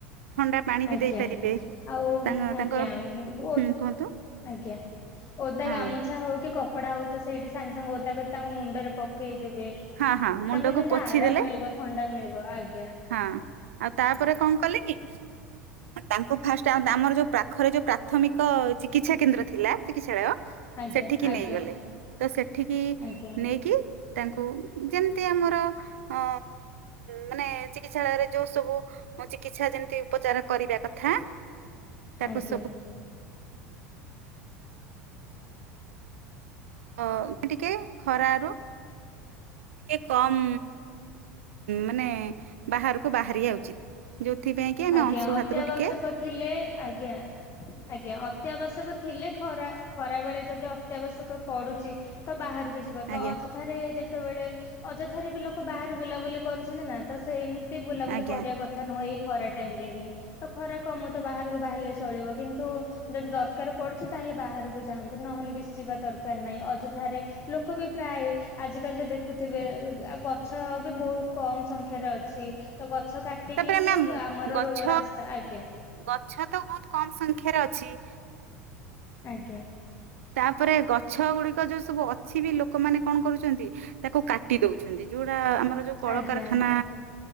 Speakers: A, on the right (about 65°); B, on the left (about 35°).
A: ଥଣ୍ଡା ପାଣି
B: ଆଜ୍ଞା
A: ବି ଦେଇପାରିବେ
B: ଆଉ
A: ତାଙ୍କ
B: ଆଜ୍ଞା
A: ତାଙ୍କର
B: ବ
A: ହୁଁ କୁହନ୍ତୁ
B: ଆଜ୍ଞା ଓଦା
A: ହଁ।
B: ଗାମୁଛା ହଉ କି କପଡା ହଉ ତ ସେଇଠି ସାଙ୍ଗେ ସାଙ୍ଗେ ଓଦା କରି ତାଙ୍କ ମୁଣ୍ଡରେ ପକେଇଦେବେ ତାଙ୍କୁ
A: ହଁ ହଁ ମୁଣ୍ଡକୁ
B: ଯେମିତି
A: ପୋଛି
B: ଆରାମ
A: ଦେଲେ
B: ମିଳିବ ଥଣ୍ଡା ମିଳିବ ଆଜ୍ଞା
A: ହଁ ଆଉ ତାପରେ କଣ କଲେ କି? ତାଙ୍କୁ ଫାଷ୍ଟ ଆ ଆମର ଯୋଉ ପାଖରେ ଯୋଉ ପ୍ରାଥମିକ ଚିକିତ୍ସା କେନ୍ଦ୍ର ଥିଲା ଚିକିତ୍ସାଳୟ
B: ଆଜ୍ଞା
A: ସେଠିକି
B: ଆଜ୍ଞା
A: ନେଇଗଲେ ତ ସେଠିକି
B: ଆଜ୍ଞା
A: ନେଇକି ତାଙ୍କୁ ଯେମିତି ଆମର ଅ ମାନେ ଚିକିତ୍ସାଳୟରେ ଯୋଉ ସବୁ ଚିକିତ୍ସା ଯେମିତି ଉପଚାର କରିବା କଥା ତାକୁ
B: ଆଜ୍ଞା
A: ସବୁ ଅ ଟିକେ ଖରାରୁ ଟିକେ କମ୍ ମାନେ ବାହାରକୁ ବାହାରିବା ଉଚିତ ଯୋଥି ପାଇଁ କି ଆମେ
B: ଆଜ୍ଞା
A: ଅଂଶୁ
B: ଅତ୍ୟାବଶ୍ୟକ
A: ହାତରୁ ଟିକେ
B: ଥିଲେ ଆଜ୍ଞା ଆଜ୍ଞା ଅତ୍ୟାବଶ୍ୟକ ଥିଲେ ଖରା ଖରା ବେଳେ ଯଦି ଅତ୍ୟାବଶ୍ୟକ ପଡୁଛି ତ ବାହାରକୁ ଯିବ ତ
A: ଆଜ୍ଞା
B: ଅ ଥାରେ ଯେତେବେଳେ ଅଯଥାରେ ବି ଲୋକ ବାହାରେ ବୁଲାବୁଲି କରୁଛନ୍ତି ନା ତ ସେମତି ତେ ବୁଲାବୁଲି
A: ଆଜ୍ଞା
B: କରିବା କଥା ନୁହେଁ ଏଇ ଖରା ଟାଇମ ରେ ହିଁ ତ ଖରା କମ ତ ବାହାରକୁ ବାହାରିଲେ ଚଳିବ କିନ୍ତୁ ଯଦି ଦରକାର ପଡୁଛି ତାହେଲେ ବାହାରକୁ ଯାଆନ୍ତୁ ନହେଲେ କିଛି ଯିବା ଦରକାର ନାହିଁ ଅଯଥାରେ ଲୋକ ବି ପ୍ରାୟ ଆଜିକାଲି ତ ଦେଖୁଥିବେ ଆ ଗଛ ବି ବହୁତ କମ ସଂଖ୍ୟାରେ ଅଛି। ତ ଗଛ କାଟିକି
A: ତାପରେ
B: ହିଁ
A: ମ୍ୟାମ୍
B: ଆମର
A: ଗଛ
B: ରୋ ରାସ୍ତା ଆଜ୍ଞା
A: ଗଛ ତ ବହୁତ କମ ସଂଖ୍ୟାରେ ଅଛି।
B: ଆଜ୍ଞା
A: ତାପରେ ଗଛ ଗୁଡିକ ଯୋଉ ସବୁ ଅଛି ବି ଲୋକମାନେ କଣ କରୁଛନ୍ତି। ତାକୁ କାଟି ଦଉଛନ୍ତି ଯୋଉଟା ଆମର ଯୋଉ କଳକାରଖାନା
B: ଆଜ୍ଞା